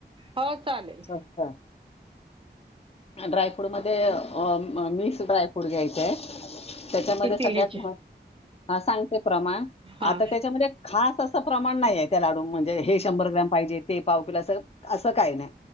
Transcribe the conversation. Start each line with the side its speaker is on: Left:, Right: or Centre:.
Right: हो चालेल.
Left: स्वस्त ड्रायफ्रूट मध्ये अ म मिक्स ड्रायफ्रूट घ्यायचं आहे. त्याच्यामध्ये
Right: किती
Left: सगळ्यात
Right: घ्यायचे
Left: महत् हा सांगते प्रमाण
Right: हा
Left: आता त्याच्या मध्येच. खास असं प्रमाण नाही आहे त्या लाडूूंन मध्ये म्हणजे हे शंभर ग्रॅम पाहिजे ते पाव किलो असं असं काही नाही.